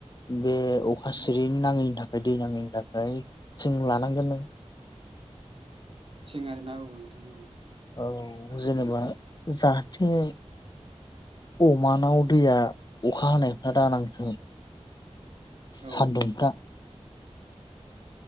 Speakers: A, on the left; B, on the right.
A: बे अखा सिरि नाङैनि थाखाय दै नाङैनि थाखाय जों थिं लानांगोन नों <inaudible>
B: थिं आरिना औ नोंथां औ।
A: औ जेनेबा जाहाथे अमानाव दैया अखा हानायफ्रा दानांथों।
B: औ
A: सानदुंफ्रा